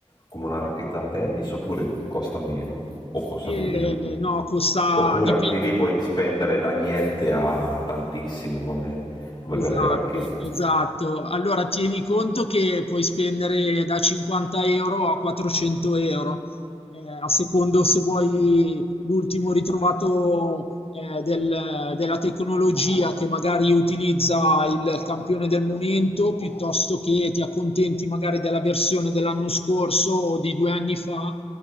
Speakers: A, on the left (about 40°); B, on the left (about 55°).
A: come una racchetta da tennis oppure costa meno o costa
B: eh,
A: di più?
B: no, costa
A: Oppure
B: di
A: anche
B: più.
A: lì puoi spendere da niente a tantissimo come, come
B: Esatto,
A: per le racchette.
B: esatto. Allora tieni conto che puoi spendere da 50 euro a 400 euro, eh, a secondo se vuoi l'ultimo ritrovato eh, del- della tecnologia che magari utilizza il campione del momento, piuttosto che ti accontenti magari della versione dell'anno scorso o di due anni fa,